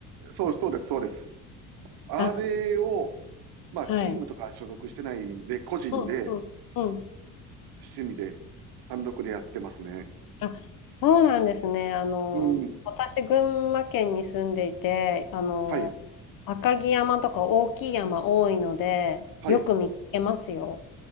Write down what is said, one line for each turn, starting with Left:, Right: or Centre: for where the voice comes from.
Right: そう、そうです、そうです。あれを、
Left: あ、
Right: まあ、
Left: はい。
Right: チームとか所属してないんで、個人で、
Left: うんうんうん。
Right: 趣味で、単独でやってますね。
Left: あ、そうなんですね。あの、
Right: うん。
Left: 私、群馬県に住んでいて、あの、
Right: はい。
Left: 赤城山とか大きい山多いので、
Right: はい。
Left: よく見かけますよ。